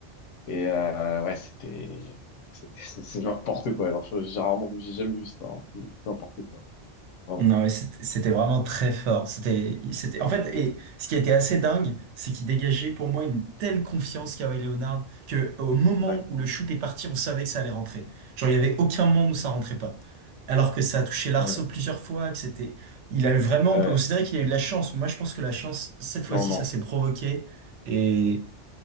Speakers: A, on the left; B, on the right.
A: Et euh, ouais, c'était, c'était, <laughs> c'est c'est n'importe quoi. Alors, je- j'ai rarement, j'ai jamais vu ça. hein. N'importe quoi, vraiment.
B: Non, mais c'était c'était vraiment très fort. C'était, c'était, en fait, et ce qui était assez dingue, c'est qu'il dégageait pour moi une telle confiance, Kawhi Leonard, que au moment
A: Ouais,
B: où le shoot est parti, on savait que ça allait rentrer. Genre, il y avait aucun moment où ça rentrait pas. Alors que ça a touché l'arceau
A: ouais, ouais.
B: plusieurs fois, que c'était, il a eu vraiment,
A: ouais.
B: on
A: ouais.
B: peut considérer qu'il a eu de la chance. Moi, je pense que la chance, cette fois-ci,
A: Non, non,
B: ça s'est provoqué. Et,